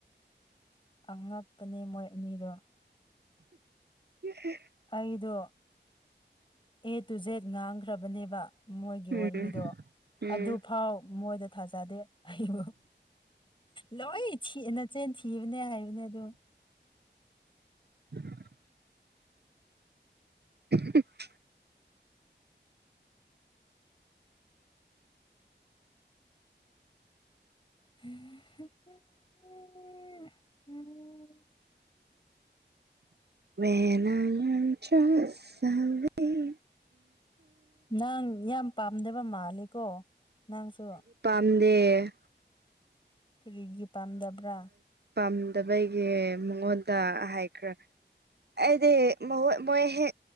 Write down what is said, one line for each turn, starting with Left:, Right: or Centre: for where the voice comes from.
Left: ꯑꯉꯛꯄꯅꯦ ꯃꯣꯏ ꯑꯅꯤꯗꯣ
Right: ꯎꯝꯝ <inaudible>
Left: ꯑꯩꯗꯣ ꯑꯦ ꯇꯨ ꯖꯦꯠ ꯉꯥꯡꯈ꯭ꯔꯕꯅꯦꯕ ꯃꯣꯏꯒꯤ
Right: ꯎꯝ
Left: ꯋꯥꯔꯤꯗꯣ
Right: ꯎꯝ
Left: ꯑꯗꯨ ꯐꯥꯎ ꯃꯣꯏꯗ ꯊꯥꯖꯗꯦ ꯑꯩꯕꯨ ꯂꯣꯏ ꯊꯤꯅꯆꯦꯟ ꯊꯤꯕꯅꯦ ꯍꯥꯏꯕꯅꯦ ꯑꯗꯨ
Right: ꯎ <inaudible> <unintelligible> <inaudible>
Left: ꯎ <unintelligible> <inaudible>
Right: ꯦ <inaudible> ꯅꯥ ꯌꯥꯝ ꯆ ꯁꯗꯦ
Left: ꯅꯪ ꯌꯥꯝ ꯄꯥꯝꯗꯕ ꯃꯥꯂꯦꯀꯣ ꯅꯪꯁꯨ
Right: ꯗꯦ
Left: ꯀꯔꯤꯒꯤ ꯄꯥꯝꯗꯕ꯭ꯔꯥ
Right: ꯄꯥꯝꯗꯕꯒꯤ ꯃꯉꯣꯟꯗ ꯍꯥꯏꯈ꯭ꯔꯦ ꯑꯗꯦ ꯃ ꯃꯦ